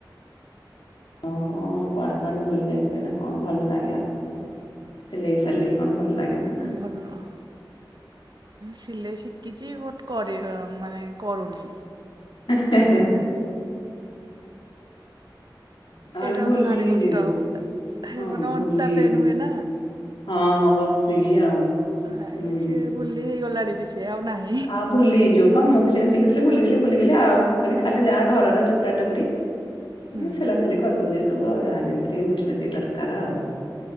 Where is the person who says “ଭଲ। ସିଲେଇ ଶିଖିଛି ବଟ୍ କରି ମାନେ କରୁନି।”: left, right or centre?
Right